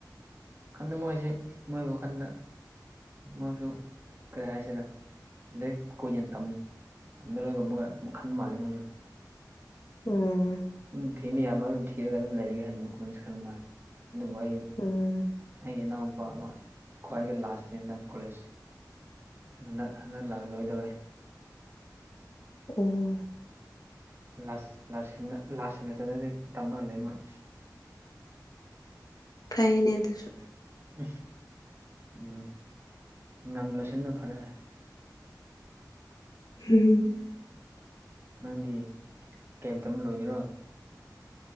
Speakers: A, on the right (about 35°); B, on the left (about 60°).
A: ꯈꯟꯗꯦ ꯃꯣꯏꯁꯤ ꯃꯣꯏ ꯋꯥꯈꯟꯗ ꯃꯣꯏꯁꯨ ꯀꯩ ꯍꯥꯏꯁꯤꯔ ꯂꯥꯏꯔꯤꯛ ꯀꯨꯏꯅ ꯇꯝꯅꯔꯣꯏꯒ ꯃꯈꯟ ꯃꯥꯜꯂꯦ ꯃꯣꯏꯗꯨ
B: ꯎꯝ
A: ꯎꯝ ꯊꯦꯝꯕ ꯌꯥꯕ ꯑꯗꯨꯝ ꯊꯤꯔꯒ ꯑꯗꯨꯝ ꯂꯩꯔꯒꯦ ꯍꯥꯏꯕꯤꯕ ꯀꯣꯏꯁꯟ ꯃꯥꯜꯂꯦ ꯑꯗꯨꯕꯨ ꯑꯩ
B: ꯎꯝ
A: ꯑꯩꯒꯤ ꯏꯅꯥꯎꯅꯨꯄꯥ ꯑꯃ ꯈ꯭ꯋꯥꯏꯒꯤ ꯂꯥꯁꯇ ꯍꯟꯗ ꯀꯣꯂꯦꯖ ꯍꯟꯗꯛ ꯍꯟꯗꯛ ꯂꯥꯛꯂꯣꯏꯗꯧꯔꯦ
B: ꯑꯣ
A: ꯂꯥꯁ ꯂꯥꯁ ꯁꯦꯝꯗ ꯂꯥꯁ ꯁꯦꯃꯤꯁꯇꯔꯗ ꯗꯤ ꯇꯝꯃ ꯂꯩ ꯃꯣꯏ
B: ꯐꯩꯌꯦꯅꯦ ꯑꯗꯨꯁꯨ
A: ꯏꯁ ꯎꯝ ꯉꯟꯅ ꯂꯣꯏꯁꯤꯟꯕꯅ ꯐꯔꯦ ꯍꯣꯏ
B: ꯎꯝ
A: ꯅꯪꯗꯤ ꯀꯩ ꯃꯇꯝꯗ ꯂꯣꯏꯒꯦꯔꯣ